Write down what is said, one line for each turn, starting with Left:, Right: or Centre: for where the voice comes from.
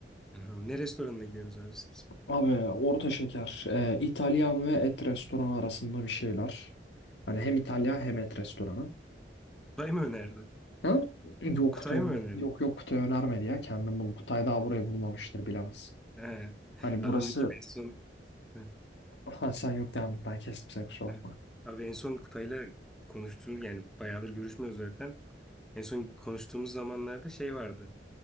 Centre: Aha, Ne restoranına gidiyorsunuz abi siz?
Left: Abi orta şeker. e, İtalyan ve et restoranı arasında bir şeyler. Hani hem İtalyan hem et restoranı.
Centre: Kutay mı önerdi?
Left: Ha? Yok
Centre: Kutay
Left: Kutay,
Centre: mı önerdi?
Left: yok yok Kutay önermedi ya. Kendim bulup Kutay daha burayı bulmamıştır bilemez.
Centre: He.
Left: Hani
Centre: Abi
Left: burası
Centre: ne bileyim en son He,
Left: Ha, sen yok devam et ben kestim seni kusura
Centre: he.
Left: bakma.
Centre: Abi en son Kutay'la konuştuğum yani bayağıdır görüşmüyoruz zaten. En son konuştuğumuz zamanlarda şey vardı.